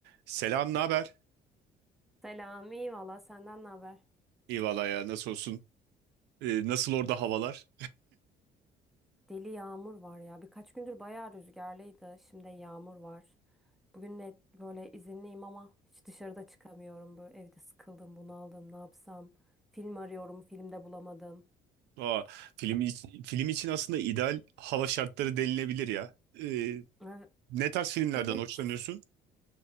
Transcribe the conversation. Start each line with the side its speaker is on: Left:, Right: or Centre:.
Right: Selam, ne haber?
Centre: Selam, iyi valla senden ne haber?
Right: İyi valla ya, nasıl olsun? Ee, nasıl orada havalar?
Centre: Deli yağmur var ya. Birkaç gündür bayağı rüzgarlıydı. Şimdi yağmur var. Bugün de böyle izinliyim ama hiç dışarıda çıkamıyorum. Böyle evde sıkıldım, bunaldım. Ne yapsam? Film arıyorum, filmde bulamadım.
Right: Aa, film, iç- film için aslında ideal hava şartları denilebilir ya. Ee,
Centre: Ee,
Right: ne tarz filmlerden
Centre: Evet.
Right: hoşlanıyorsun?